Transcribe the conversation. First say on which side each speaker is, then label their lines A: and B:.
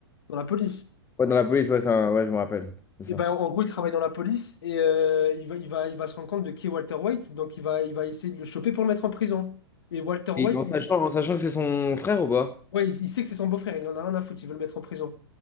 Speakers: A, on the left (about 65°); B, on the left (about 15°).
A: dans la police.
B: Ouais, dans la police, ouais, c'est un- ouais, je me rappelle. C'est
A: Et
B: ça.
A: ben en gros, il travaille dans la police et euh, il va, il va, il va se rendre compte de qui est Walter White. Donc, il va, il va essayer de le choper pour le mettre en prison. Et Walter White,
B: Et en
A: il,
B: sachant, en sachant que c'est son frère ou pas?
A: Ouais, il, il sait que c'est son beau-frère, il en a rien à foutre, il veut le mettre en prison.